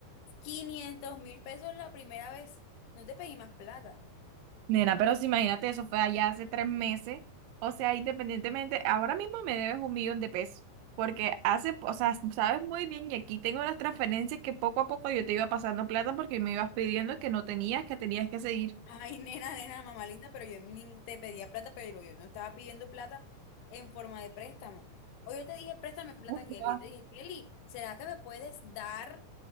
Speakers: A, on the left; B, on the right.
A: quinientos mil pesos la primera vez. No te pedí más plata.
B: nena, pero si imagínate, eso fue allá hace tres meses. O sea, independientemente, ahora mismo me debes un millón de pesos. Porque hace, o sea, sabes muy bien, y aquí tengo las transferencias que poco a poco yo te iba pasando plata porque me ibas pidiendo que no tenías, que tenías que seguir.
A: Ay, nena, nena, mamá linda, pero yo ni te pedía plata, pero yo no estaba pidiendo plata en forma de préstamo. O yo te dije, préstame plata,
B: O sea,
A: Kelly. Yo te dije, Kelly, ¿será que me puedes dar?